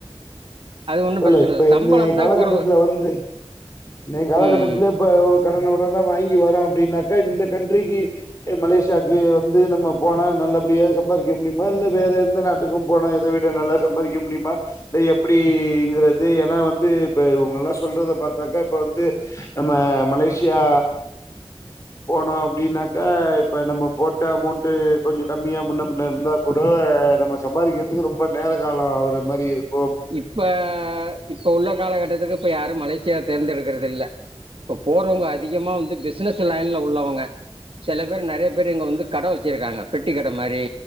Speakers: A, on the right; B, on the left.
A: ஒன்னு
B: இல்ல
A: பிரச்சன
B: இப்ப
A: சம்பளந்தா
B: இந்நய காலகட்டத்துல
A: கொறவு
B: வந்து இன்னக்கி காலகட்டத்ல
A: ம்
B: இப்ப கடன ஒடன வாங்கி வரொ அப்டின்னாக்கா இந்த கன்ட்ரிக்கு மலேசியாக்கு வந்து நம்ப போனா நல்லபடியா சம்பாரிக்க முடிமா நல்ல வேற எதா எந்த நாட்டுக்கு போனா இத விட நல்லா சம்பாதிக்க முடியுமா இல்ல எப்டிங்கிறது ஏன்னா வந்து இப்ப இவுங்க எல்லா சொல்றத பாத்தாக்கா இப்ப வந்து நம்ம மலேசியா போனோ அப்டின்னாக்க இப்ப நம்ம போட்ட அமௌண்ட்டு கொஞ்சோ கம்மியா முன்ன பின்ன இருந்தா கூட நம்ம சம்பாதிக்கிறதுக்கு ரொம்ப நேர கால ஆவுற மாரி இருக்
A: இப்ப இப்ப உள்ள காலகட்டத்துக்கு இப்ப யாரு மலேசியா தேர்ந்தெடுக்கிறது இல்ல இப்ப போறவங்க
B: ம்
A: அதிகமா வந்து பெஸ் பிசினஸ் லைன்ல உள்ளவங்க சில பேர் நெறைய பேர் இங்க வந்து கடை வச்சிருக்காங்க பெட்டி கடை மாரி